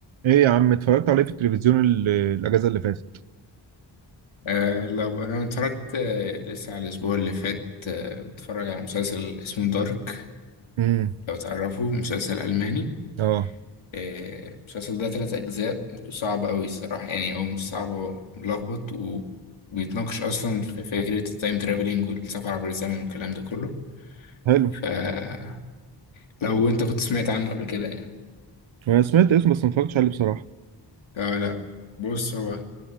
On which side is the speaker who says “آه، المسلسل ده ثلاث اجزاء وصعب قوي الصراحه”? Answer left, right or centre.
Left